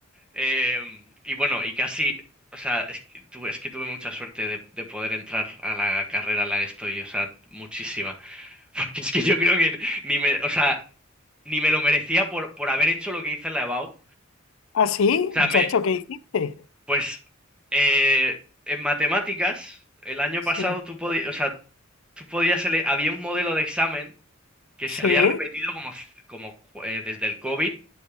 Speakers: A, in the centre; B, on the left.
A: em, y bueno, y casi, o sea, es que tuve, es que tuve mucha suerte de, de poder entrar a la carrera en la que estoy, o sea, muchísima. <laughs> Porque es que yo creo que ni me, o sea, ni me lo merecía por, por haber hecho lo que hice en la EBAU. O
B: Ah, sí,
A: sea,
B: muchacho,
A: me,
B: ¿qué hiciste?
A: pues eh, en matemáticas, el año
B: Sí,
A: pasado tú podías, o sea, tú podías, ele- había un modelo de examen que
B: sí.
A: se había repetido como, como eh, desde el COVID,